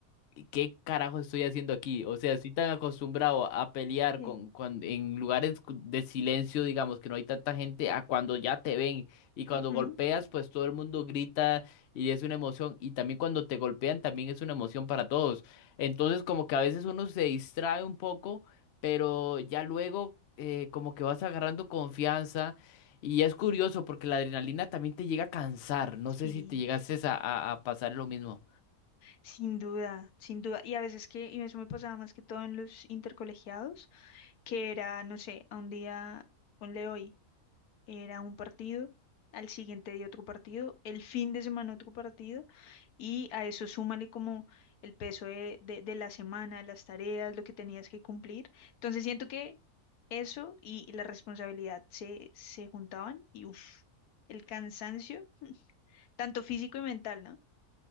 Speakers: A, on the left; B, on the left.
A: ¿qué carajo estoy haciendo aquí? O sea, estoy tan acostumbrado a pelear
B: ok.
A: con, con- en lugares cu- de silencio, digamos, que no hay tanta gente, a cuando ya te ven y cuando
B: Ujú,
A: golpeas, pues todo el mundo grita y es una emoción y también cuando te golpean también es una emoción para todos. Entonces, como que a veces uno se distrae un poco, pero ya luego eh, como que vas agarrando confianza. Y es curioso porque la adrenalina también te llega a cansar. No
B: sí.
A: sé si te llegases a, a a pasar lo mismo.
B: Sin duda, sin duda. Y a veces que, y eso me pasaba más que todo en los intercolegiados, que era, no sé, a un día, ponle hoy, era un partido, al siguiente día otro partido, el fin de semana otro partido, y a eso súmale como el peso de, de, de la semana, las tareas, lo que tenías que cumplir. Entonces siento que eso y, la responsabilidad se, se juntaban y uff, el cansancio, <laughs> tanto físico y mental, ¿no?